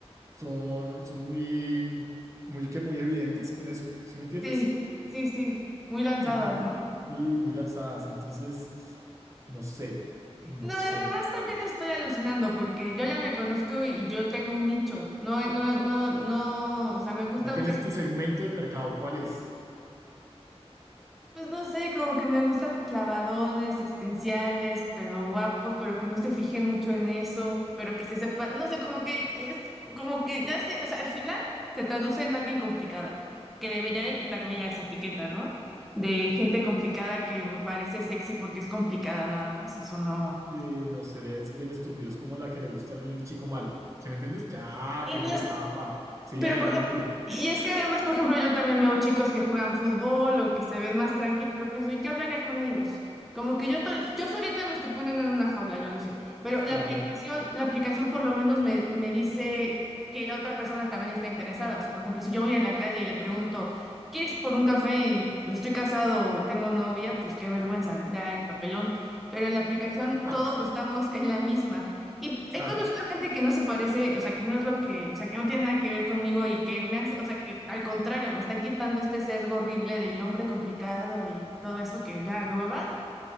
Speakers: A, on the right (about 30°); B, in the centre.
A: son, son muy, muy que muy evidentes con eso, ¿sí me entiendes?
B: sí, sí, sí, muy lanzadas,
A: Entonces,
B: ¿no?
A: sí, muy lanzadas. Entonces, no sé, no
B: No,
A: sé,
B: y además
A: no sé.
B: también estoy alucinando porque yo ya me conozco y yo tengo un nicho. No, no, no, no, o sea, me gustan
A: Ya tienes tu segmento del mercado, ¿cuál es?
B: Pues no sé, como que me gustan clavadones, existenciales, pero guapos, pero que no se fijen mucho en eso, pero que se sepa, no sé, como que es, como que ya sé, o sea, al final se traduce en alguien complicado, que debería de quitarme ya esa etiqueta, ¿no? De gente complicada que me parece sexy porque es complicada nada más, eso no.
A: Eh, no sé, es bien estúpido, es como la que le gusta el chico malo. ¿Sí me entiendes? Ya,
B: Y
A: quema
B: no
A: la
B: es
A: tapa, sigue
B: Pero,
A: adelante.
B: por ejemplo, y es que además, por ejemplo, yo también veo chicos que juegan fútbol o que se ven más tranqui, pero pienso, ¿y qué hablaría con ellos? Como que yo, tal- yo solita me estoy poniendo en una jaula, yo lo sé, pero la
A: Claro,
B: aplicación, la aplicación por lo menos me, me dice que la otra persona también está interesada. O sea, por ejemplo, si yo voy en la calle y le pregunto, ¿quieres por un café y estoy casado, tengo novia? Pues qué vergüenza, ¿no? Ya el papelón. Pero en la aplicación
A: <laughs>
B: todos estamos en la misma. Y
A: claro.
B: he conocido gente que no se parece, o sea, que no es lo que, o sea, que no tiene nada que ver conmigo y que me han, o sea, que al contrario, me están quitando este sesgo horrible del hombre complicado y todo eso que ya hueva,